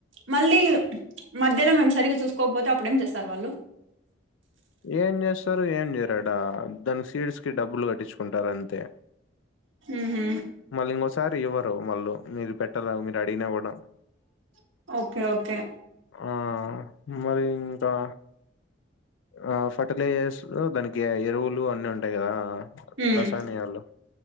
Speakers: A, on the right; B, on the left.
A: మళ్ళీ మధ్యలో మేము సరిగ్గా చూసుకోకపోతే అప్పుడేం చేస్తారు వాళ్ళు
B: ఏం చేస్తారు ఏం చేయరట దానికి సీడ్స్ కి డబ్బులు కట్టించుకుంటారు అంతే
A: మ్ హు
B: మళ్ళీ ఇంకోసారి ఇవ్వరు వాళ్ళు మీరు పెట్టలే మీరు అడిగిన కూడా
A: బ ఓకే ఓకే
B: ఆ మరి ఇంకా ఆ ఫర్టిలైజర్స్ దానికి ఎరువులు అన్నిీ ఉంటాయి కదా
A: ఉమ్
B: రసాయనలు